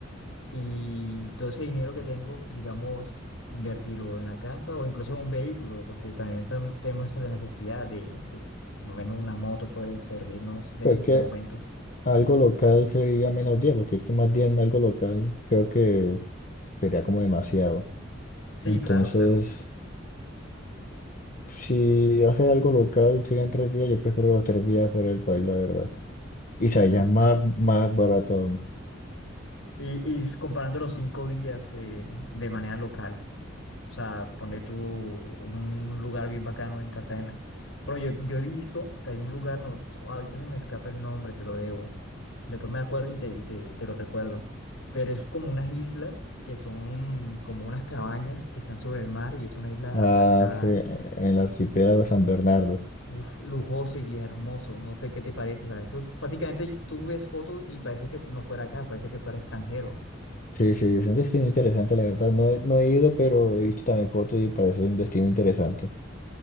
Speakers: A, on the left (about 90°); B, on the left (about 40°).
A: y todo ese dinero que tengo, digamos, invertirlo en la casa o incluso en un vehículo, porque también tam- tenemos esa necesidad de, de, por lo menos una moto puede servirnos de,
B: Pues
A: de
B: que
A: momento.
B: algo local sería menos 10, porque es que más 10 en algo local creo que sería como demasiado.
A: Sí,
B: Entonces,
A: claro, claro.
B: si hacer algo local serían tres días, yo prefiero los tres días fuera del país, la verdad. Y
A: Sí.
B: sería más, más barato aún.
A: Y, y s- comparando los cinco días eh, de manera local. O sea, ponle tú un lugar bien bacano en Cartagena. Pero yo, yo he visto que hay un lugar, no, so- ahorita se me escapa el nombre, te lo debo. Después me acuerdo y te, y te, te lo recuerdo. Pero es como unas islas que son como unas cabañas que están sobre el mar y es una isla
B: Ah,
A: apartada.
B: sí, en el archipiélago San Bernardo.
A: Uf, lujoso y hermoso. No sé qué te parece. O sea, eso prácticamente y- tú ves fotos y parece que fu- no fuera acá, parece que fuera extranjero.
B: Sí, sí, es un destino interesante, la verdad. No he, no he ido, pero he visto también fotos y parece un destino interesante.